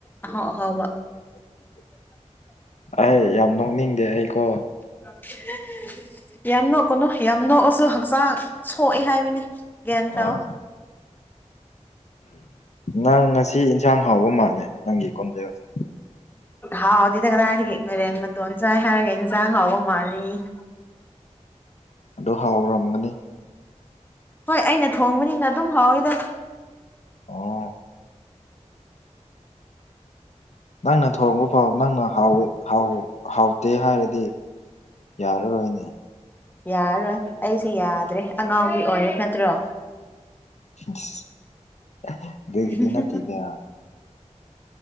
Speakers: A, on the left; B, on the left.
A: ꯑꯍꯥꯎ ꯑꯍꯥꯎꯕ
B: ꯑꯩ ꯌꯥꯝ ꯅꯣꯛꯅꯤꯡꯗꯦ ꯑꯩꯀꯣ
A: <inaudible> ꯌꯥꯝ ꯅꯣꯛꯀꯅꯨ ꯌꯥꯝ ꯅꯣꯛꯑꯁꯨ ꯍꯛꯆꯥꯡ ꯁꯣꯛꯑꯦ ꯍꯥꯏꯕꯅꯤ ꯒ꯭ꯌꯥꯟ
B: ꯍꯣꯏ
A: ꯇꯥꯎ
B: ꯅꯪ ꯉꯁꯤ ꯏꯟꯁꯥꯡ ꯍꯥꯎꯕ ꯃꯥꯜꯂꯦ ꯅꯪꯒꯤ ꯀꯣꯟꯖꯦꯜꯁꯦ
A: ꯍꯥꯎꯗꯦꯗ ꯀꯗꯥꯥꯏꯗꯒꯤ ꯃꯦꯔꯦꯟ ꯃꯇꯣꯟ ꯆꯥꯏ ꯍꯥꯏꯔꯒ ꯏꯟꯁꯥꯡ ꯍꯥꯎꯕ ꯃꯥꯜꯂꯤꯌꯦ
B: ꯑꯗꯨ ꯍꯥꯎꯔꯝꯒꯅꯤ
A: ꯍꯣꯏ ꯑꯩꯅ ꯊꯣꯡꯕꯅꯤꯅ ꯑꯗꯨꯝ ꯍꯥꯎꯋꯤꯗ
B: ꯑꯣ ꯅꯪꯅ ꯊꯕ ꯄꯥꯎ ꯅꯪꯅ ꯍꯥꯎꯋ ꯍꯥꯎꯋ ꯍꯥꯎꯇꯦ ꯍꯥꯏꯔꯗꯤ ꯌꯥꯔꯔꯣꯏꯅꯤ
A: ꯌꯥꯔꯔꯣꯏ ꯑꯩꯁꯦ ꯌꯥꯗ꯭ꯔꯦ ꯑꯉꯥꯎꯕꯤ ꯑꯣꯏꯔꯦ ꯅꯠꯇ꯭ꯔꯣ
B: <unintelligible>
A: ꯁꯤꯁꯤ
B: ꯅꯠꯇꯦꯗ